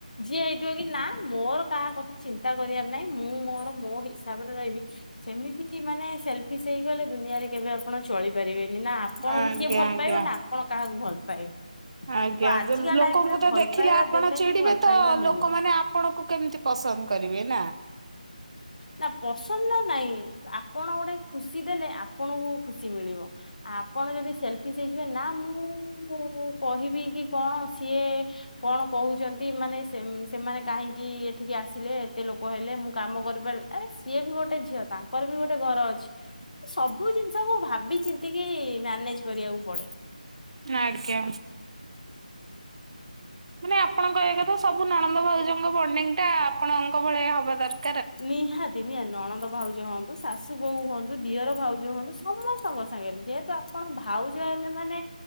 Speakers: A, on the left (about 70°); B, on the right (about 45°).
A: ଯିଏ ହେଇଥିବ କି ନା ମୋର କାହା କଥା ଚିନ୍ତା କରିବାର ନାହିଁ ମୁଁ ମୋର ମୋ ହିସାବରେ ରହିବି ସେମିତି ମାନେ ସେଲଫିସ୍ ହେଇ ଗଲେ ଦୁ ଦୁନିଆରେ କେବେ ଆପଣ ଚଳିପାରିବେନି ନା ଆପଣଙ୍କୁ
B: ଆଜ୍ଞା
A: କିଏ ଭଲ
B: ଆଜ୍ଞା।
A: ପାଇବ ନା ଆପଣ କାହାକୁ ଭଲ ପାଇବେ।
B: ଆଜ୍ଞା
A: ତ ଆଜିକା
B: ଦେ ଲୋକଙ୍କୁ
A: ଟାଇମ ରେ
B: ତ
A: ଭଲ
B: ଦେଖିଲେ
A: ପାଇବା
B: ଆପଣ
A: ଦେଲେ
B: ଚିଡିବେ
A: ହିଁ ଭଲ
B: ତ
A: ପାଇବା
B: ଲୋକମାନେ
A: ମିଳିବ।
B: ଆପଣଙ୍କୁ କେମିତି ପସନ୍ଦ କର କରିବେ ନା
A: ନା ପସନ୍ଦ ନାଇଁ ଆପଣ ଗୋଟେ ଖୁସି ଦେଲେ ଆପଣଙ୍କୁ ଖୁସି ମିଳିବ। ଆପଣ ଯଦି ସେଲ୍ଫ ସେଲଫିସ ହେଇଯିବେ ନା ମୁଁ କହିବି କି କଣ ସିଏ କଣ କହୁଛନ୍ତି? ମାନେ ସେ-ସେମାନେ କାହିଁକି ଏଠିକି ଆସିଲେ ଏତେ ଲୋକ ହେଲେ କାମ କରିପାରିଲି ଆରେ ସିଏ ବି ଗୋଟେ ଝିଅ ତାଙ୍କର ବି ଗୋଟେ ଘର ଅଛି ସବୁ ଜିନିଷ ମୁଁ ଭାବି ଚି ଟିକେ ମାନେଜ କରିବାକୁ ପଡେ଼।
B: ଆଜ୍ଞା। ମାନେ ଆପଣଙ୍କ ଏ କଥା ସବୁ ନଣନ୍ଦ ଭାଉଜଙ୍କ ବଣ୍ଡିଙ୍ଗ ଟା ଆପଣଙ୍କ ଭଳିଆ ହବା ଦରକା
A: ନିହାତି ନିଆ ନଣନ୍ଦ ଭାଉଜ ହଁ। ଶାଶୁ ବୋଉ ହୁଅନ୍ତୁ ଦିଅର ଭାଉଜ ହୁଅନ୍ତୁ ସମସ୍ତଙ୍କ ସାଙ୍ଗରେ ଯେହେତୁ ଆପଣ ଭାଉଜ ହେଲେ ମାନେ